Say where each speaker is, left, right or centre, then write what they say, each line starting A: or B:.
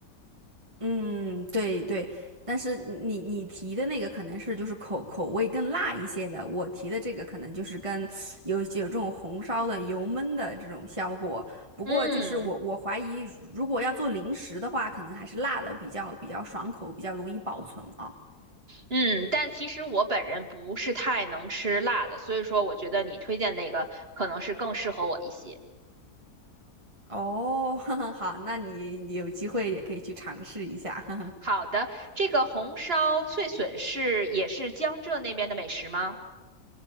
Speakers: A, on the right; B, on the right.
A: 嗯，对对，但是你你提的那个可能是就是口口味更辣一些的，我提的这个可能就是跟有有这种红烧的、油焖的这种效果。不过就是我我怀疑，
B: 嗯。
A: 如果要做零食的话，可能还是辣的比较比较爽口，比较容易保存啊。
B: 嗯，但其实我本人不是太能吃辣的，所以说我觉得你推荐那个可能是更适合我一些。
A: 哦，<laughs> 好，那你有机会也可以去尝试一下。<laughs>
B: 好的，这个红烧脆笋是也是江浙那边的美食吗？